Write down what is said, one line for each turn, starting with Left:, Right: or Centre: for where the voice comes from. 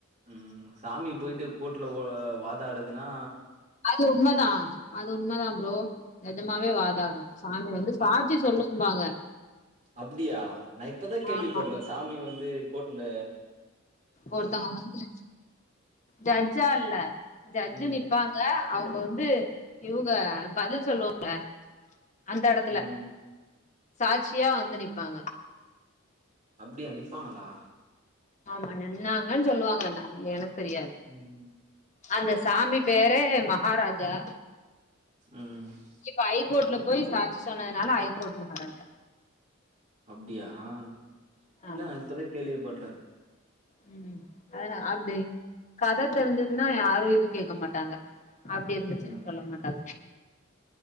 Right: ம் சாமி போயிட்டு கோர்ட்ல வோ வாதாடுதுன்னா
Left: அது உண்மதா அது உண்மதா ப்ரோ நெஜமாவே வாதாடு சாமி வந்து சாட்சி
Right: அ
Left: சொல்லும்பாங்க
Right: அப்டியா நா இப்பதா கேள்வி
Left: ஆமா
Right: பட்றே சாமி வந்து கோட்ல
Left: ஒருத்தங்க வந்து ஜட்ஜா இல்ல ஜட்ஜு
Right: ம்
Left: நிப்பாங் க அவங்க வந்து இவங்க பதில் சொல்லுவாங்க அந்த எடத்துல
Right: ம்
Left: சாட்சியா வந்து நிப்பாங்க
Right: அப்டியா நிப்பாங்களா
Left: ஆமா நின்னாங்கன்னு சொல்லுவாங்க நம் எனக்கு தெரியாது
Right: ம்
Left: அந்த சாமி பெரே மகாராஜா
Right: ம்
Left: இப்ப ஐகோர்ட்டுல
Right: அ
Left: போய் சாட்சி சொன்னதுனால ஐகோர்ட் மகாராஜா
Right: அப்டியா ஆ இல்ல
Left: ஆமா
Right: நா இப்பதா கேள்விபட்ற
Left: ம் அதனா அப்டி கத தெரிஞ்சதுன்னா யாரு எது கேட்க மாட்டாங்க அப்டி இருந்துச்சுன்னு
Right: ம்
Left: சொல்ல மாட்டா